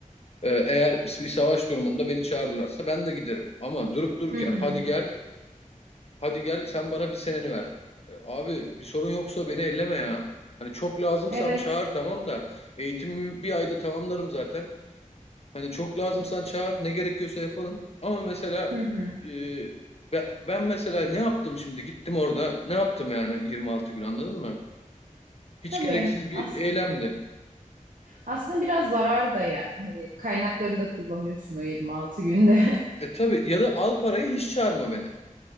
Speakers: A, on the left; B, on the right.
A: E, eğer bir savaş durumunda beni çağırırlarsa ben de giderim. Ama durup dururken
B: Hı hı.
A: hadi gel Hadi gel sen bana bir seneni ver. E, Abi bir sorun yoksa beni elleme ya. Hani çok lazımsam
B: Evet.
A: çağır tamam da eğitimimi bir ayda tamamlarım zaten. Hani çok lazımsan çağır ne gerekiyorsa yapalım. Ama mesela
B: Hı hı.
A: e, be- ben mesela ne yaptım şimdi gittim orada ne yaptım yani 26 gün anladın mı? Hiç
B: Tabii.
A: gereksiz bir
B: As
A: eylemdi.
B: aslında biraz zarar da yani. Hani kaynakları da kullanıyorsun o 26 günde.
A: E tabii ya da al parayı hiç çağırma beni.